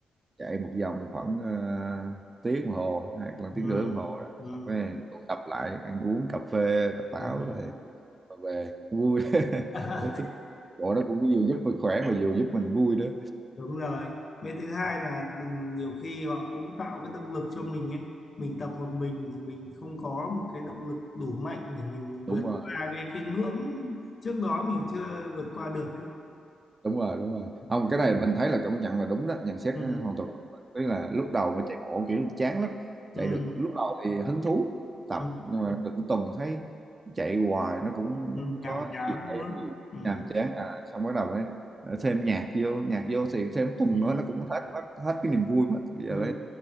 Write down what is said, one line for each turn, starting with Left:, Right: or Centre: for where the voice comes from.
Right: chạy một vòng khoảng ờ, tiếng đồng hồ hoặc là
Left: ừ,
Right: tiếng rưỡi đồng hồ đó
Left: ừ,
Right: Xong rồi tụ tập lại ăn uống cà phê cà pháo
Left: rồi.
Right: rồi rồi về vui <laughs>
Left: <laughs>
Right: tới tới bộ nó cũng vừa giúp mình khỏe mà vừa giúp mình vui nữa
Left: đúng rồi với thứ hai là ừ, nhiều khi họ cũng tạo cái động lực cho mình ấy mình tập một mình thì mình không có một cái động lực đủ mạnh để mình
Right: đúng
Left: vượt
Right: rồi
Left: qua cái cái ngưỡng trước đó mình chưa vượt qua được ấy
Right: đúng rồi đúng rồi
Left: ừ.
Right: không cái này mình thấy là công nhận là đúng đó nhận xét
Left: ừ,
Right: hoàn toàn đúng đó. tức là
Left: ừ.
Right: lúc đầu mà chạy bộ kiểu chán lắm
Left: ừ
Right: chạy được lúc đầu thì hứng thú tập
Left: ừ
Right: nhưng mà được một tuần thấy chạy hoài nó cũng
Left: ừ,
Right: không
Left: nhàm
Right: có
Left: chán
Right: gì
Left: đúng
Right: hay
Left: không
Right: lắm gì
Left: ừ
Right: nhàm chán à xong bắt đầu mới ờ, thêm nhạc vô nhạc vô thì thêm tuần
Left: ừ
Right: nữa nó cũng hết mất hết cái niềm vui mất bây giờ
Left: ừ